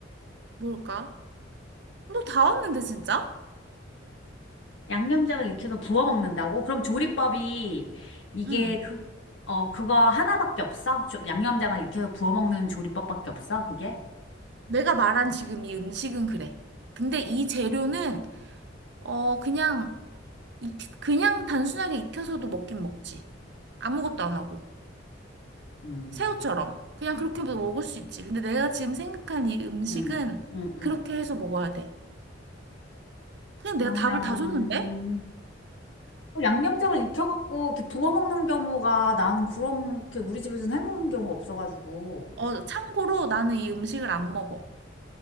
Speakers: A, on the right; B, on the left.
A: 뭘까? 너 다 왔는데, 진짜?
B: 양념장을 익혀서 부어 먹는다고? 그럼 조리법이 이게
A: 응.
B: 그, 어, 그거 하나밖에 없어? 조- 양념장을 익혀서 부어 먹는 조리법밖에 없어? 그게?
A: 내가 말한 지금 이 음식은 그래. 근데 이 재료는, 어, 그냥, 익, 그냥 단순하게 익혀서도 먹긴 먹지. 아무것도 안 하고.
B: 음,
A: 새우처럼. 그냥 그렇게
B: 음,
A: 먹을 수 있지. 근데 내가 지금 생각한 이 음식은
B: 음, 음. 음.
A: 그렇게 해서 먹어야 돼. 그냥
B: 그러면,
A: 내가 답을 다 줬는데?
B: 또 양념장을 익혀갖고 이렇게 부어 먹는 경우가 나는 그렇게 우리 집에서는 해먹는 경우가 없어가지고.
A: 어, 참고로 나는 이 음식을 안 먹어.